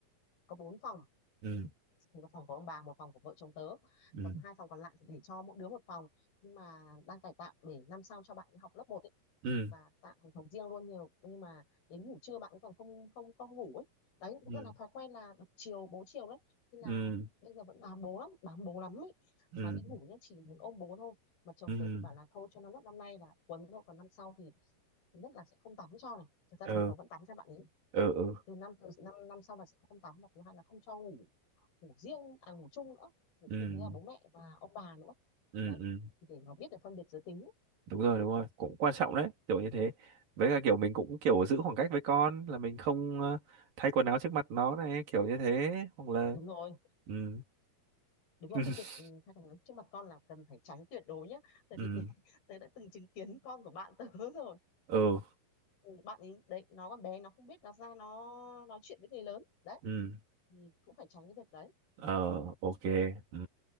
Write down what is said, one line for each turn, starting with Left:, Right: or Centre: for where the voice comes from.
Left: có bốn phòng
Right: ừ
Left: thì một phòng của ông bà một phòng của vợ chồng tớ
Right: ừ
Left: còn hai phòng còn lại thì để cho mỗi đứa một phòng nhưng mà đang cải tạo để năm sau cho bạn ấy học lớp một, ấy
Right: ừ
Left: và tạo thành phòng riêng luôn nhiều nhưng mà đến ngủ trưa bạn ấy còn không không không ngủ ấy đấy cũng
Right: ừ
Left: rất là thói quen là được chiều bố chiều đấy nên là
Right: ừ
Left: bây giờ vẫn bám bố lắm bám bố lắm ấy
Right: ừ
Left: mà đi ngủ nhá chỉ muốn ôm bố thôi mà chồng
Right: ừ
Left: tớ
Right: ừ
Left: thì bảo là thôi cho nó nốt năm nay là quấn thôi còn năm sau thì thứ nhất là sẽ không tắm cho này thật ra
Right: ừ
Left: thần thờ vẫn tắm cho bạn ấy
Right: ừ ừ ừ
Left: từ năm từ năm năm sau là sẽ không tắm và thứ hai là không cho ngủ ngủ riêng à ngủ chung nữa ngủ
Right: ừ ừ,
Left: chung với cả bố mẹ và ông bà nữa
Right: ừ,
Left: đấy
Right: ừ, ừ.
Left: thì để nó biết được phân biệt giới tính
Right: đúng rồi đúng rồi cũng quan trọng đấy kiểu như thế với cả kiểu mình cũng kiểu giữ khoảng cách với con là mình không ờ, thay quần áo trước mặt nó này kiểu như thế hoặc là
Left: đúng rồi
Right: ừ
Left: đúng rồi
Right: <laughs>
Left: cái việc ừ, thai chồng trước mặt con là cần phải tránh tuyệt đối nhá tại
Right: ừ
Left: vì <laughs> tớ đã từng chứng kiến con của bạn tớ <laughs> rồi
Right: ừ
Left: Ừ, bạn ấy đấy nó còn bé nó không biết nó ra nó nói chuyện với người lớn đấy
Right: ừ
Left: thì cũng phải tránh cái việc đấy
Right: ờ ok ừ.